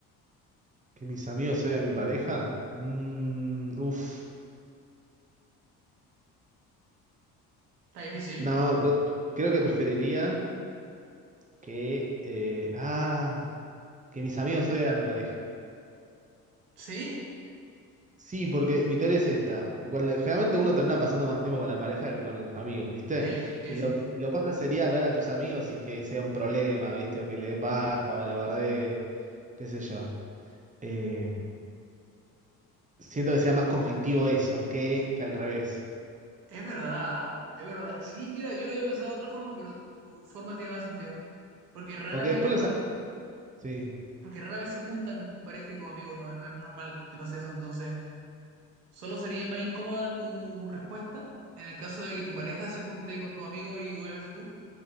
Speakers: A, on the right; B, on the right.
A: ¿Que mis amigos a mi pareja? Mmm, uf.
B: Está difícil.
A: No, creo, creo que preferiría que... eh, ah, que mis amigos a mi pareja.
B: ¿Sí?
A: Sí, porque mi teoría es esta. Con la- generalmente uno termina pasando más tiempo con la pareja que con los amigos, ¿viste?
B: Sí, sí,
A: Y
B: sí,
A: lo,
B: sí.
A: y lo paja sería ver a tus amigos y que sea un problema, ¿viste? O que le dé paja o me lo bardee, qué sé yo. Eh, siento que sea más conflictivo eso que, que al revés.
B: Es verdad, ¿ah? es verdad. Sí, mira, yo lo había pensado de otra forma, pero tu, tu forma tiene más sentido. Porque rara
A: Porque
B: vez
A: después
B: los,
A: los...
B: va-
A: am- Sí.
B: porque rara vez se juntan tu pareja y tus amigos, no, no es normal que pase eso. Entonces, solo sería más incómoda tu respuesta en el caso de que tu pareja se junte con tu amigo y obviamente tú,